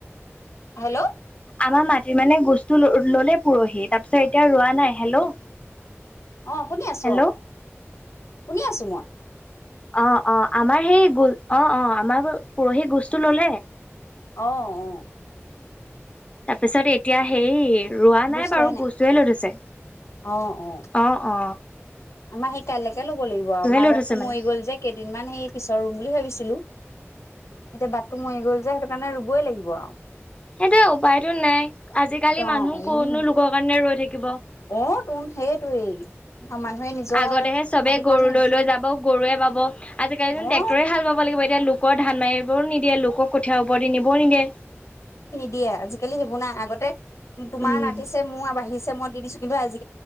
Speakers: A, on the left (about 80°); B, on the left (about 25°).
A: হেল্ল'
B: আমাৰ মাটিৰ মানে বস্তু ল ললে পৰহি। তাৰপিছত এতিয়া ৰোৱা নাই। হেল্ল'
A: অ, শুনি আছো।
B: হেল্ল'
A: অ, শুনি আছো মই।
B: অ-অ আমাৰ সেই অ-অ আমাৰ পৰহি গোজটো ল'লে।
A: অ-অ।
B: তাৰপিছত এতিয়া হেই ৰোৱা
A: বুজ
B: নাই বাৰু।
A: লোৱাই
B: গুছটুহে লৈ থৈছে।
A: অ অ
B: অ-অ।
A: আমাৰ সেই কাইলৈকে ল'ব লাগিব। আও আমা
B: লৈ
A: ৰুৱাবাটতো
B: থৈছে মানে
A: মৰি গ'ল যে কেইদিনমান সেই পিছত ৰুম বুলি ভাবিছিলো। এতিয়া বাটটো মৰি গ'ল যে সেইটো কাৰণে ৰুবই লাগিব আও।
B: সেইটোৱে উপায়টো নাই। আজিকালি
A: অ
B: মানুহ
A: উম
B: কতনো লোকৰ কাৰণে ৰৈ থাকিব।
A: অ তোন সেইটোৱেই মানুহে নিজৰ
B: আগতেহে চবে
A: মাটিকণ
B: গৰু
A: সেই
B: লৈ লৈ যাব। গৰুৱে বাব আজিকালি নু
A: অ
B: ট্ৰেক্টৰে হাল বাব লাগিব। এতিয়া লোকৰ ধান মাৰিবও নিদিয়ে। লোক আকৌ কঠীয়া ওপৰেদি নিবও নিদিয়ে।
A: দিয়ে আজিকালি সেইবোৰ নাই। আগতে তোমাৰ
B: উম
A: নাটিছে, মোৰ বাহিছে মই দি দিছো। কিন্তু আজি